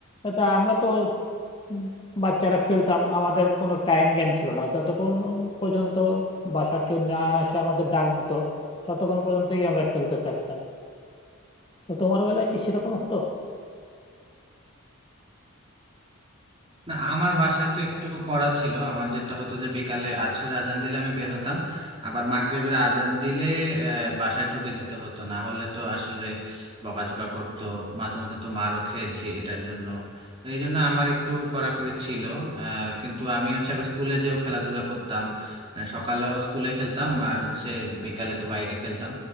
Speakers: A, on the left (about 25°); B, on the right (about 25°).
A: তা আমরা তো উম, বাচ্চারা খেলতাম আমাদের কোনো টাইম জ্ঞান ছিল না যতক্ষণ পর্যন্ত বাসার কেউ না এসে আমাদের ডাক দিত ততক্ষণ পর্যন্তই আমরা খেলতে থাকতাম তো তোমার বেলায় কি সেরকম হতো
B: না আমার বাসায় তো একটু করা ছিল আমার যেটা হতো যে বিকালে আসরে আজান দিলে আমি বের হতাম আবার মাগরিবের আজান দিলে আহ, বাসায় ঢুকে যেতে হতো না হলে তো আসলে বকাঝকা করতো মাঝে মধ্যে তো মারও খেয়েছি এটার জন্য তো এই জন্য আমার একটু কড়াকড়ি ছিল আহ, কিন্তু আমি হচ্ছে আবার স্কুলে যেও খেলাধুলা করতাম আহ, সকালেও স্কুলে খেলতাম আর হচ্ছে বিকালে তো বাইরে খেলতাম